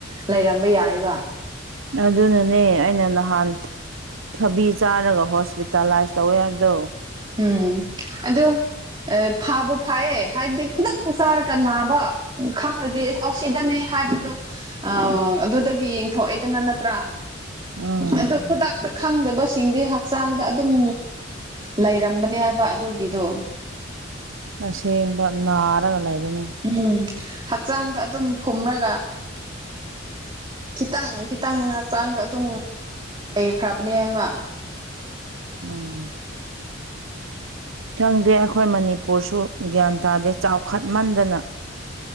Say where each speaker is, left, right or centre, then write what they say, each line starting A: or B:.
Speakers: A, on the right; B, on the right.
A: ꯂꯩꯔꯝꯕ ꯌꯥꯏꯕ
B: ꯑꯗꯨꯅꯅꯦ ꯑꯩꯅ ꯅꯍꯥꯟ ꯊꯕꯤ ꯆꯥꯔꯒ ꯍꯣꯁꯄꯤꯇꯥꯂꯥꯏꯁ ꯇꯧꯋꯦ ꯍꯥꯏꯕꯗꯣ
A: ꯎꯝ ꯑꯗꯨ ꯐꯥꯕꯨ ꯐꯥꯏꯌꯦ ꯍꯥꯏꯕꯗꯤ ꯈꯨꯗꯛꯇꯨ ꯆꯥꯔꯒ ꯅꯥꯕ ꯎꯝ ꯈꯪꯔꯗꯤ ꯑꯁꯤꯗꯅꯦ ꯍꯥꯏꯕꯗꯣ ꯑ ꯑꯗꯨꯗꯒꯤ ꯌꯦꯡꯊꯣꯛꯑꯦꯗꯅ ꯅꯠꯇ꯭ꯔꯥ
B: ꯎꯝ
A: ꯑꯗꯣ ꯈꯨꯗꯛꯇ ꯈꯪꯗꯕꯁꯤꯡꯗꯤ ꯍꯛꯆꯥꯡꯗ ꯑꯗꯨꯝ ꯂꯩꯔꯝꯕꯅꯦ ꯍꯥꯏꯕ ꯑꯗꯨꯒꯤꯗꯣ
B: ꯑꯁꯦꯡꯕ ꯅꯥꯔꯒ ꯂꯩꯔꯅꯤ
A: ꯎꯝ ꯍꯛꯆꯥꯡꯗ ꯑꯗꯨꯝ ꯐꯨꯝꯔꯒ ꯈꯤꯇꯪ ꯈꯤꯇꯪ ꯍꯛꯆꯥꯡꯗ ꯑꯗꯨꯝ ꯂꯩꯈ꯭ꯔꯕꯅꯦ ꯍꯥꯏꯕ
B: ꯎꯝ ꯈꯪꯗꯦ ꯑꯩꯈꯣꯏ ꯃꯅꯤꯄꯨꯔꯁꯨ ꯒ꯭ꯌꯥꯟ ꯇꯥꯗꯦ ꯆꯥꯎꯈꯠꯃꯟꯗꯅ